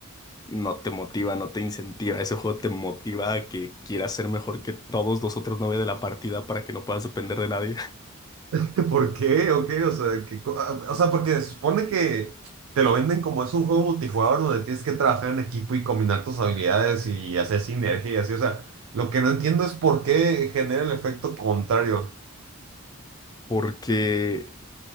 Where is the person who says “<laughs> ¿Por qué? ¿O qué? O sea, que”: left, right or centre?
Right